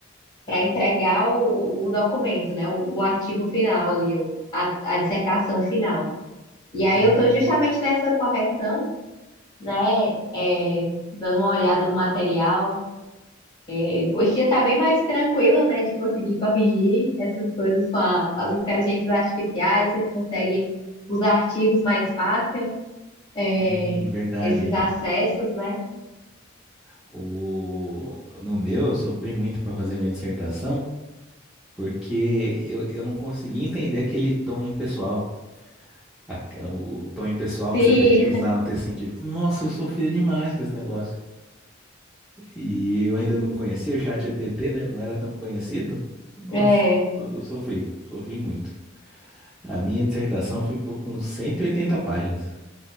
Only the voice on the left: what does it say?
para entregar o, o, o documento, né, o, o artigo final ali, o, a, a dissertação final. E aí,
eu estou justamente nessa correção, né, é, dando uma olhada no material. É, Hoje em dia está bem mais tranquilo, né, de conseguir corrigir essas coisas com a- as inteligências artificiais, você consegue os artigos mais fácil é,
esses acessos, né?
Sim,
<laughs> é.